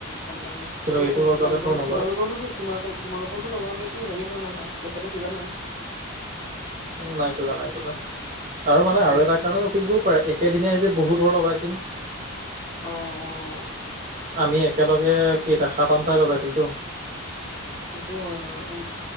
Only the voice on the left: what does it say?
কম দাম
তোমালোকৰ-তোমালোকৰো-তোম-তোমালোকৰটো
লগাওতে হেৰি নাই ন পইচাটো খোজা নাই।
ঠিকে
আছে
অ', অ'।
সেইটোও হয় বাৰু আকৌ,